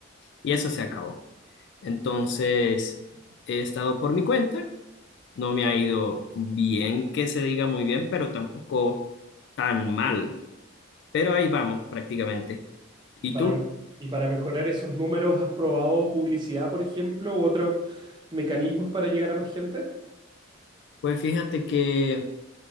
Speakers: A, on the left; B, on the right.
A: y eso se acabó. Entonces, he estado por mi cuenta, no me ha ido bien que se diga muy bien, pero tampoco tan mal, pero ahí vamos prácticamente. ¿Y
B: y para,
A: tú?
B: y para mejorar esos números, ¿has probado publicidad, por ejemplo, u otros mecanismos para llegar a más gente?
A: Pues fíjate que